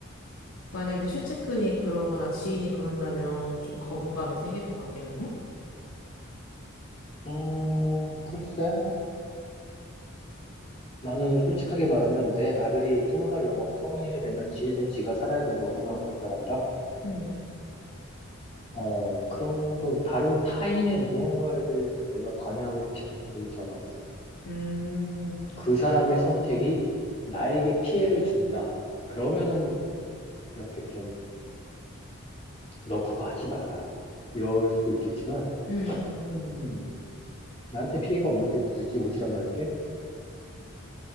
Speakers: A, on the left; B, on the left.
A: 만약에 최측근이 그러거나 지인이 그런다면 좀 거부감이 생길 것 같기는 해?
B: 음, 글쎄. 나는 솔직하게 말하면 내 아들이 스무 살 넘어서 성인이 되면 지 인생 지가 살아야 된다고 생각하는 사람이라,
A: 음,
B: 어, 그런 거, 다른 타인의 무언가에 대해서 내가 관여하고 싶은 생각이 전혀 없어.
A: 음,
B: 그 사람의 선택이 나에게 피해를 준다. 그러면은 이렇게 좀, 너 그거 하지 마라. 이럴 수도 있겠지만,
A: 음,
B: 음, 나한테 피해가 없는데 굳이 오지랖 넓게?